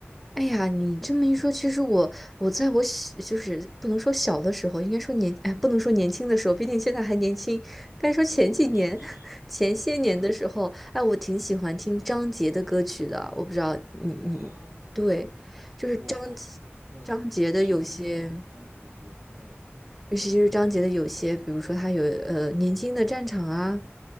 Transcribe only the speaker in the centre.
哎呀，你这么一说，其实我我在我小就是不能说小的时候，应该说年哎，不能说年轻的时候，毕竟现在还年轻。该说前几年、
<laughs> 前些年的时候，
哎，我挺喜欢听张杰的歌曲的。我不知道你你对，
就是张杰张杰的有些，
尤其是张杰的有些，比如说他有呃《年轻的战场》啊，